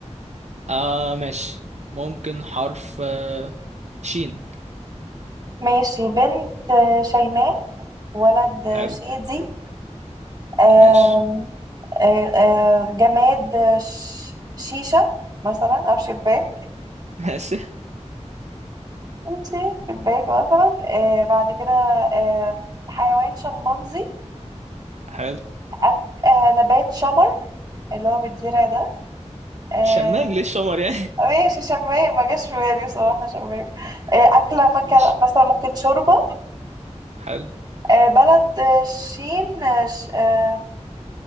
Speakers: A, on the right (about 70°); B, on the right (about 35°).
A: آه ماشي ممكن حرف آه شين
B: ماشي بنت آه، شيماء ولد آه،
A: حلو
B: شادي آم،
A: ماشي
B: آه، آه، جماد آه، ش- شيشة مثلا أو شباك
A: <laughs> ماشي
B: ماشي شباك مثلا آه بعد كده آه حيوان شمبانزي
A: حلو
B: أك... آه نبات شمر اللي هو بيتزرع ده آه
A: شمام ليه شمر يعني <laughs>
B: ماشي شمام ما جاش في بالي بصراحة شمام آه أكلة مكان
A: ماشي
B: مثلا ممكن شوربة
A: حلو
B: آه بلد آه، شين آه ش... آه